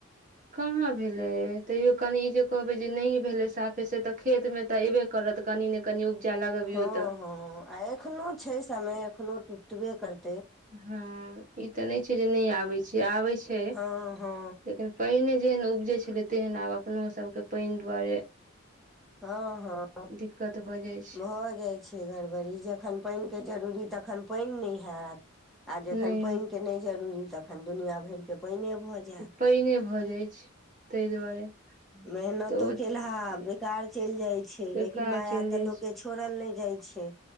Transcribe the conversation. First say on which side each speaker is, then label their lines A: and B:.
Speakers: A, on the right; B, in the centre.
A: कहाँ भेलै तैयो कनि ई जे कहबै जे नहि भेलै साफे से तऽ खेतमे तऽ अयबे करत कनि ने कनि। उपजा लगबियौ
B: हँ
A: तऽ
B: हँ, आ एखनो छै समे एखनो। तबे करतै।
A: हँ ई तऽ नहि छै जे नहि आबै छै आबै। छै लेकिन
B: हँ हँ
A: पहिले। जेहन उपजे छलै तेहन आब अपनों सबके पाइन दुआरे।
B: हँ हँ
A: दिक्कत भऽ जाइ छै
B: भऽ जाइत छै गड़बड़ी जखन पानिके जरूरी तखन। पाइन नइ हैत। आ जखन
A: नहि होइ
B: पाइन के नहि जरूरी। तखन दुनिया भरि। त पहिन भऽ जैत,
A: पाइने भऽ जाइ छै ताहि दुआरे
B: मेहनतो
A: तऽ ओ
B: केलहा। कार चलि जाइ। छै
A: बेकार
B: लेकिन माया
A: चलि जाइ
B: तऽ लोक
A: छै
B: के छोड़ल नहि। जाइ छै।